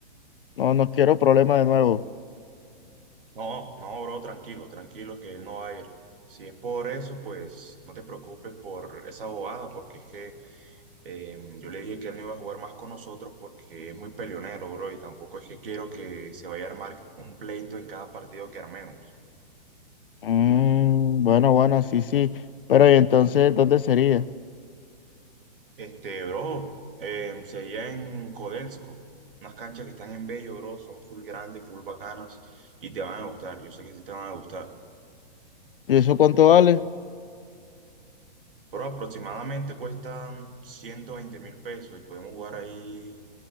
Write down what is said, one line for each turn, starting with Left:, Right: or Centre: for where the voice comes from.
Left: no, no quiero problemas de nuevo.
Right: No, no, bro, tranquilo, tranquilo, que él no va a ir. Si es por eso, pues no te preocupes por esa bobada, porque es que eh, yo le dije que él no iba a jugar más con nosotros porque es muy peleonero, bro, y tampoco es que quiero que se vaya a armar un pleito en cada partido que armemos.
Left: Mm, bueno, bueno, sí, sí. Pero ¿y entonces dónde sería?
Right: Este, bro, eh, sería en Codelco, unas canchas que están en Bello, bro, son full grandes, full bacanas y te van a gustar, yo sé que sí te van a gustar.
Left: ¿Y eso cuánto vale?
Right: Pero aproximadamente cuestan ciento veinte mil pesos y podemos jugar ahí